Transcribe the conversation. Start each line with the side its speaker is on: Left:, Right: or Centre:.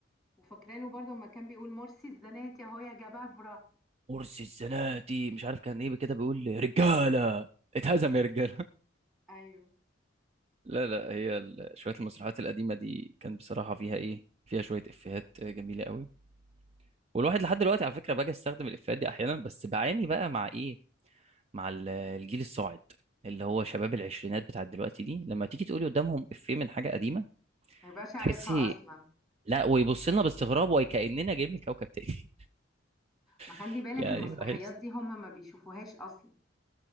Centre: وفاكره له برضو لما كان بيقول مرسي الزناتي اهو يا جبابره
Right: مرسي الزناتي مش عارف كان ايه كده بيقول رجالة اتهزم يا رجالة <laughs>
Centre: ايوه
Right: لا لا هي ال- شوية المسرحيات القديمة دي كان بصراحة فيها ايه فيها شوية افيهات جميلة قوي والواحد لحد دلوقتي على فكرة باجي استخدم الافيهات دي احيانا بس بعاني بقى مع ايه مع ال- الجيل الصاعد اللي هو شباب العشرينات بتاع دلوقتي دي لما تيجي تقولي قدامهم افيه من حاجة قديمة
Centre: ما يبقاش عارفها
Right: تحسي
Centre: اصلا
Right: لا ويبص لنا باستغراب وكأننا جايين من كوكب تاني
Centre: ما خلي
Right: <laughs>
Centre: بالك
Right: يعني
Centre: المسرحيات
Right: بحس
Centre: دي هم ما بيشوفوهاش اصلا